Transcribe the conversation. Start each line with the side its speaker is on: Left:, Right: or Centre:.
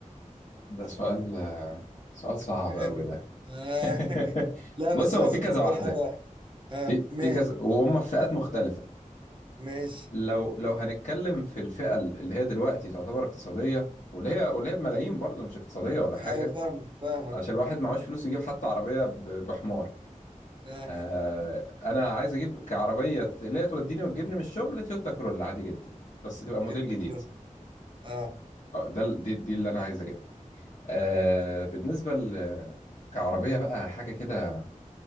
Left: ده سؤال آه، سؤال صعب
Right: حلو
Left: قوي ده
Right: ده. آه.
Left: <laughs>
Right: <laughs> لا
Left: بص
Right: بس
Left: هو
Right: لازم
Left: في كذا
Right: تختار
Left: واحدة
Right: حاجة واحدة آه.
Left: في
Right: ماشي
Left: في كذا وهم في فئات مختلفة
Right: ماشي
Left: لو لو هنتكلم في الفئة اللي هي دلوقتي تعتبر اقتصادية واللي هي واللي هي بملايين برضه مش اقتصادية ولا
Right: ايوه
Left: حاجة
Right: فاهمك فاهك
Left: علشان الواحد معهوش فلوس يجيب حتى عربية ب- بحمار
Right: اه
Left: آه انا عايز اجيب كعربيه ت- اللي هي توديني وتجيبني من الشغل تويوتا كرولا عادي جدا بس تبقى موديل
Right: تويوتا
Left: جديد
Right: شكرا اه
Left: اه ده ال- دي, دي اللي انا عايز اجيبها آه بالنسبه ل كعربيه بقى حاجه كده